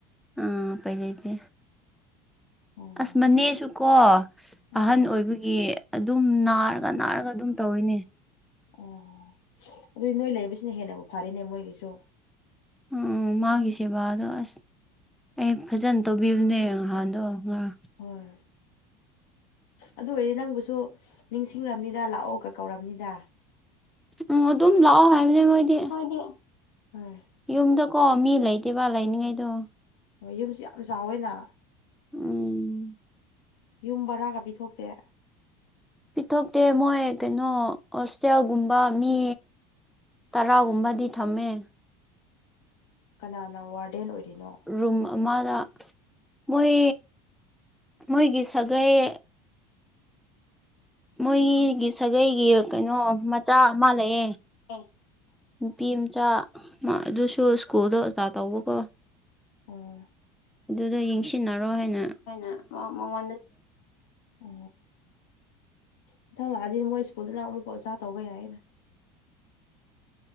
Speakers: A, in the centre; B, on the left.
A: ꯎꯝ ꯎꯄꯥꯏ ꯂꯩꯇꯦ
B: ꯎꯝ
A: ꯑꯁ ꯃꯅꯦꯁꯨꯀꯣ ꯑꯍꯟ
B: ꯎꯝ
A: ꯑꯣꯏꯕꯒꯤ ꯑꯗꯨꯝ ꯅꯥꯔꯒ ꯅꯥꯔꯒ ꯑꯗꯨꯝ ꯇꯧꯋꯤꯅꯦ
B: ꯑꯣ ꯑꯗꯨꯗꯤ ꯅꯣꯏ ꯂꯩꯕꯁꯤꯅ ꯍꯦꯟꯅꯕꯨ ꯐꯔꯦꯅꯦ ꯃꯣꯏꯒꯤꯁꯨ
A: ꯎꯝ ꯃꯥꯒꯤ ꯁꯦꯕꯥꯗꯣ ꯑꯁ ꯑꯩ ꯐꯖꯅ ꯇꯧꯕꯤꯕꯅꯦ ꯉꯍꯥꯟꯗꯣ ꯉꯔꯥꯡ
B: ꯍꯣꯏ ꯑꯗꯨ ꯑꯣꯏꯔꯗꯤ ꯅꯪꯕꯨꯁꯨ ꯅꯤꯡꯁꯤꯡꯂꯝꯅꯤꯗ ꯂꯥꯛꯑꯣꯒ ꯀꯧꯔꯝꯅꯤꯗ
A: ꯎꯝ ꯑꯗꯨꯝ ꯂꯥꯛꯑꯣ ꯍꯥꯏꯕꯅꯦ ꯃꯣꯏꯗꯤ
B: ꯍꯣꯏꯗꯤ <unintelligible>
A: ꯌꯨꯝꯗꯨꯀꯣ ꯃꯤ ꯂꯩꯇꯦꯕ ꯂꯩꯅꯤꯡꯉꯩꯗꯣ
B: ꯑꯣ ꯌꯨꯝꯁꯤ ꯌꯥꯝ ꯆꯥꯎꯋꯦꯅ
A: ꯎꯝ
B: ꯌꯨꯝ ꯕꯔꯥꯒ ꯄꯤꯊꯣꯛꯇꯦ
A: ꯄꯤꯊꯣꯛꯇꯦ ꯃꯣꯏ ꯀꯩꯅꯣ ꯍꯣꯁꯇꯦꯜꯒꯨꯝꯕ ꯃꯤ ꯇꯔꯥꯒꯨꯝꯕꯗꯤ ꯊꯝꯃꯦ
B: ꯀꯅꯥꯅ ꯋꯥꯔꯗꯦꯟ ꯑꯣꯏꯔꯤꯅꯣ
A: ꯔꯨꯝ ꯑꯃꯗ ꯃꯣꯏ ꯃꯣꯏꯒꯤ ꯁꯥꯒꯩ ꯃꯨꯏꯒꯤ ꯁꯥꯒꯩꯒꯤ ꯀꯩꯅꯣ ꯃꯆꯥ ꯑꯃ ꯂꯩꯌꯦ
B: ꯑꯗꯨ
A: ꯅꯨꯄꯤ ꯃꯆꯥ ꯃꯥ ꯑꯗꯨꯁꯨ ꯁ꯭ꯀꯨꯜꯗ ꯑꯣꯖꯥ ꯇꯧꯕꯀꯣ
B: ꯑꯣ
A: ꯑꯗꯨꯗꯣ ꯌꯦꯡꯁꯤꯟꯅꯔꯣ ꯍꯥꯏꯅ
B: ꯍꯥꯏꯅ ꯃꯉꯣꯟꯗ ꯑꯣ ꯃꯊꯪ ꯂꯥꯛꯑꯗꯤ ꯃꯣꯏ ꯁ꯭ꯀꯨꯜꯗꯨꯅ ꯑꯃꯨꯛꯀ ꯑꯣꯖꯥ ꯇꯧꯕ ꯌꯥꯏꯌꯦꯅ